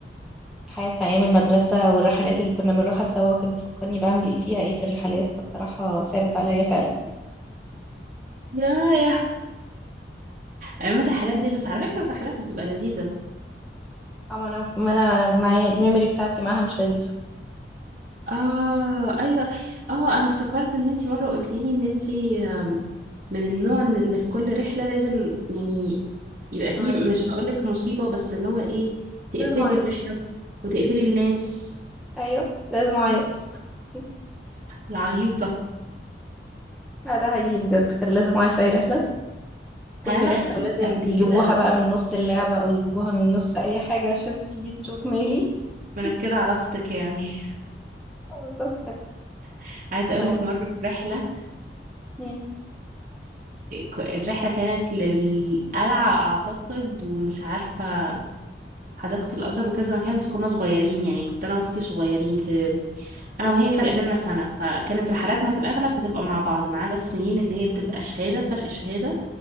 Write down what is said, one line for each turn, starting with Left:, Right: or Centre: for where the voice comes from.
Centre: حياتنا أيام المدرسة والرحلات اللي كنا بنروحها سوا كانت بتفكرني بعمل ايه فيها ايه في الرحلات فالصراحة ثابت عليا فعلا
Right: يا يا ايام الرحلات دي بس على فكرة الرحلات بتبقى لذيذة
Centre: أما أنا ما أنا معايا الميموري بتاعتي معاها مش لذيذة
Right: اه ايوه اه انا افتكرت ان انتي مرة قلتيلي ان انتي آم، من النوع ان اللي في كل رحلة لازم يعني يبقى فيه
Centre: أعيط
Right: مش هقولك مصيبة بس اللي هو ايه تقفلي
Centre: لازم أعيط
Right: الرحلة وتقفلي الناس
Centre: أيوه لازم أعيط <laughs>
Right: العيوطة
Centre: لا ده حقيقي بجد كان لازم أعيط في أي رحلة كل
Right: هل انا حكيت
Centre: رحلة ولازم
Right: لك قبل
Centre: يجيبوها
Right: كده
Centre: بقى من نص اللعبة أو يجيبوها من نص أي حاجة عشان تيجي تشوف مالي
Right: منكدة
Centre: <laughs>
Right: على اختك يعني
Centre: بالظبط كانت
Right: <laughs> عايزة اقولك
Centre: لو
Right: مرة في رحلة
Centre: مم.
Right: ك- الرحلة كانت للقلعة أعتقد ومش عارفة حديقة الأزهر وكذا مكان بس كنا صغيرين يعني كنت أنا وأختي صغيرين في أنا وهي فرق بيننا سنة فكانت رحلاتنا في الأغلب بتبقى مع بعض ما عدا السنين اللي هي بتبقى شهادة فرق شهادة